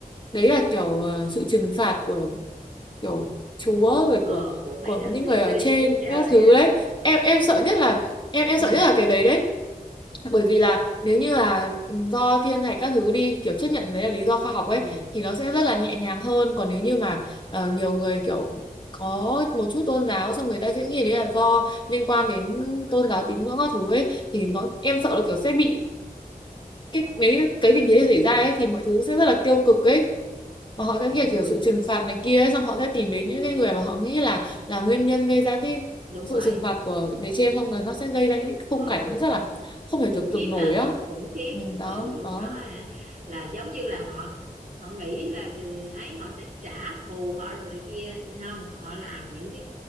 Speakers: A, on the left (about 30°); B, on the right (about 60°).
A: đấy là kiểu ờ, sự trừng phạt của kiểu chúa
B: ừ,
A: rồi
B: ờ
A: của
B: của mấy
A: của
B: đấng
A: những
B: thiêng
A: người
B: liêng
A: ở trên
B: trên trời
A: các thứ
B: không
A: đấy
B: ừ
A: em em sợ nhất là em em
B: ừ
A: sợ nhất là cái đấy đấy bởi vì là nếu như là ừ, do thiên thạch các thứ đi kiểu chấp nhận đấy là lý do khoa học ấy
B: ừ
A: thì nó sẽ rất là nhẹ nhàng hơn còn nếu như mà ờ, nhiều người kiểu có một chút tôn giáo xong người ta sẽ nghĩ đấy là do liên quan đến tôn giáo tín ngưỡng các thứ ấy thì
B: ừ.
A: nó em sợ là kiểu sẽ bị cái nếu cái tình thế xảy ra ấy thì mọi thứ sẽ rất là tiêu cực ấy mà họ sẽ
B: ôi
A: kiểu, kiểu sự trừng phạt này kia ấy, xong họ sẽ tìm đến những cái người mà họ nghĩ là là nguyên nhân gây ra cái
B: đúng
A: sự
B: rồi
A: trừng phạt của
B: ừ
A: bề trên xong rồi nó sẽ gây ra những cái khung
B: ừ
A: cảnh nó rất là không thể
B: khủng
A: tưởng
B: khiếp
A: tượng nổi
B: ha
A: á
B: khủng khiếp
A: ừ, đó
B: ừ lúc
A: đó
B: đó hả, là giống như là họ họ nghĩ là ấy họ sẽ trả thù họ rồi này kia không họ làm những cái